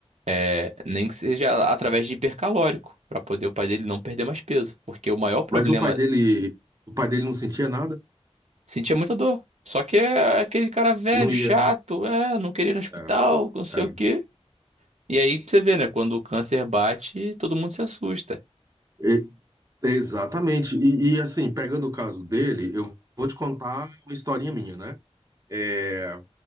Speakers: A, on the right; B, on the right.
A: É, nem que seja através de hipercalórico, pra poder o pai dele não perder mais peso. Porque o maior problema,
B: Mas o pai dele, o pai dele não sentia nada?
A: sentia muita dor. Só que é aquele cara velho,
B: Não
A: chato,
B: ia.
A: é, não querer ir no hospital,
B: É,
A: não sei
B: é.
A: o quê. E aí pra você vê, né? Quando o câncer bate, todo mundo se assusta.
B: E- exatamente. E, e, assim, pegando o caso dele, eu vou te contar uma historinha minha, né? É,